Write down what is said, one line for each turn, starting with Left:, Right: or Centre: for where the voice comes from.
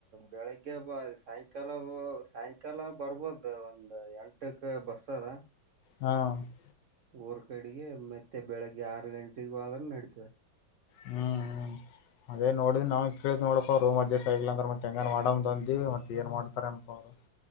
Right: ಬೆಳಿಗ್ಗೆ ಒಬ್ಬ ಸಾಯಂಕಾಲ ಹೋಗ ಸಾಯಂ <unintelligible> ಕರೆಲಾಗ ಬರ್ಬೋದ ಒಂದ್ ಎಂಟಕ್ಕ ಬಸ್ ಅದ. <unintelligible>
Left: ಹಾ. <unintelligible>
Right: ಊರ ಕಡೆಗೆ ಮತ್ತೆ ಬೆಳಗ್ಗೆ ಆರ ಗಂಟೆಗ ಹೋದಾರ ನಡಿತದ. <unintelligible>
Left: ಹಾ ಹ. <unintelligible> ಅದೇ ನೋಡಿದ ನಾವ್ ಕೇಳಿದ್ ನೋಡಕೋರೋ ಒಂದ್ ದಿವಸ ಇಲ್ಲ ಅಂದರೆ ಮತ್ತೆ ಹೆಂಗನ್ ಮಾಡೋದೋ ಅಂದಿವ ಮತ್ತ ಏನ್ ಮಾಡ್ತಾರ ಅಂತ ಅವರ. <unintelligible>